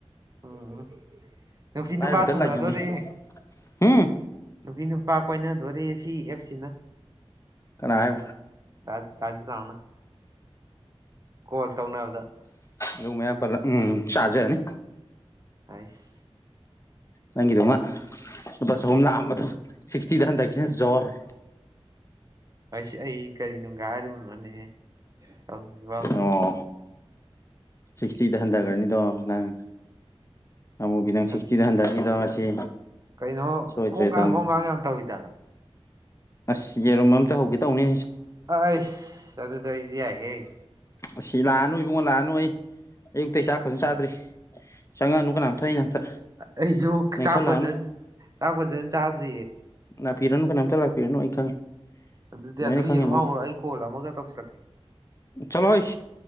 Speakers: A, on the right; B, on the left.
A: ꯎꯝ ꯅꯨꯄꯤꯤ
B: ꯂꯥꯏꯔꯕꯗ
A: ꯅꯨꯄꯥ ꯊꯨꯡꯅ
B: ꯂꯥꯏꯖꯪꯉꯦ
A: ꯑꯗꯨꯣꯗꯤ
B: ꯍꯨꯝ
A: ꯅꯨꯄꯤ ꯅꯨꯄꯥ ꯀꯣꯏꯅꯗꯣꯣꯔꯦ ꯁꯤ ꯑꯦꯞꯁꯤꯅ
B: ꯀꯅꯥꯥꯏ
A: ꯖ ꯇꯅ ꯀꯣꯜ ꯇꯧꯅꯕꯗ
B: ꯌ ꯃꯌꯥꯝ ꯄꯜꯂ ꯎꯝ ꯆꯥꯖꯅꯤ
A: ꯑꯩꯁ
B: ꯅꯪꯒꯤꯗꯨꯃ ꯂꯨꯄꯥ ꯆꯍꯨꯝ ꯂꯥꯛꯑꯝꯕꯗꯣ ꯁꯤꯛꯁꯇꯤꯗ ꯍꯟꯗꯛꯀꯤꯁꯤꯅ ꯖꯍꯣꯔ
A: ꯑꯁ ꯑꯩ ꯀꯔꯤꯅ ꯔꯅꯦꯦꯕ
B: ꯑꯣ ꯁꯤꯛꯁꯇꯤꯗ ꯍꯟꯊꯒꯔꯅꯤꯗꯣ ꯅꯪ ꯑꯃꯨꯒꯤꯈꯤ ꯅꯪ ꯁꯤꯛꯁꯇꯤꯗ
A: ꯑꯁ
B: ꯍꯟꯊꯔꯅꯤꯗꯣ ꯉꯁꯤ
A: ꯀꯩꯅꯣ
B: ꯁꯣꯏꯗ꯭ꯔꯦꯗꯣ
A: ꯀꯣꯡꯒꯥꯡ ꯀꯣꯡꯒꯥꯡ ꯌꯥꯝ ꯇꯧꯋꯤꯗ
B: ꯑꯁ ꯌꯦꯔꯨꯝ ꯑꯝꯇ ꯍꯧꯒꯦ ꯇꯧꯅꯤ
A: ꯑꯁ ꯑꯗ ꯇ ꯏꯖꯤ ꯍꯥꯏ
B: ꯑꯁꯤ ꯂꯥꯛꯑꯅꯨ ꯏꯕꯨꯡꯉꯣ ꯂꯥꯛꯑꯅꯨ ꯑꯩ ꯑꯌꯨꯛꯇ ꯆꯥꯛ ꯐꯖꯅ ꯆꯥꯗ꯭ꯔꯤ ꯆꯪꯉꯛꯑꯅꯨ ꯀꯅꯥꯝꯇ ꯑꯩ ꯅꯥꯛꯇ
A: ꯑꯩꯁꯨ
B: ꯅꯪꯁꯜꯂꯛꯑꯅꯨ
A: ꯆꯥꯛ ꯐꯖꯅ ꯆꯥꯛ ꯐꯖꯅ ꯆꯥꯗ꯭ꯔꯤꯌꯦ
B: ꯂꯥꯛꯄꯤꯔꯅꯨ ꯀꯅꯥꯝꯇ ꯂꯥꯛꯄꯤꯔꯅꯣ ꯑꯩ ꯈꯪꯉꯦ
A: ꯑꯗꯨꯗꯤ
B: ꯂꯣꯏꯅ
A: ꯑꯗꯨꯝ
B: ꯈꯪꯉꯦ
A: ꯌꯦꯟ ꯍꯧꯥꯎꯔꯣ
B: ꯂꯣꯏ
A: ꯑꯩ ꯀꯣꯜꯂ ꯑꯃꯒ ꯇꯧꯁꯤꯜꯂꯛꯀꯦ
B: ꯆꯠꯂꯣ ꯍꯣꯏ